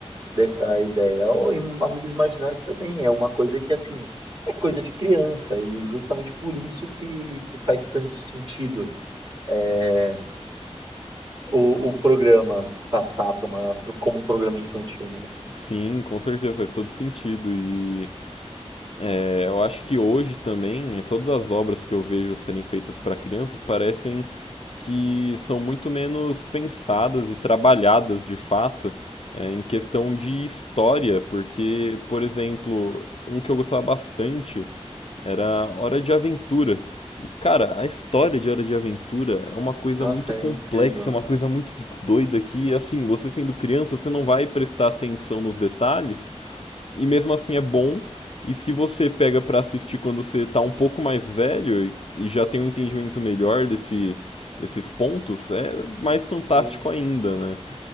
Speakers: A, on the right; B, on the left.
A: dessa ideia. Ou em Amigos Imaginários também, é uma coisa que, assim, é coisa de criança, e justamente por isso que, que faz tanto sentido é, o, o programa passar pra uma, pro- como um programa infantil, né?
B: sim, com certeza, faz todo sentido. E é, eu acho que hoje também, todas as obras que eu vejo serem feitas para crianças parecem que são muito menos pensadas e trabalhadas de fato é, em questão de história, porque, por exemplo, um que eu gostava bastante Era Hora de Aventura. E, cara, a história de Hora de Aventura é uma coisa
A: Nossa,
B: muito
A: é
B: complexa,
A: incrível.
B: é uma coisa muito doida que, assim, você sendo criança, você não vai prestar atenção nos detalhes, e mesmo assim é bom. E se você pega pra assistir quando você tá um pouco mais velho e, e já tem um entendimento melhor desse, desses pontos, é mais fantástico
A: Sim.
B: ainda, né?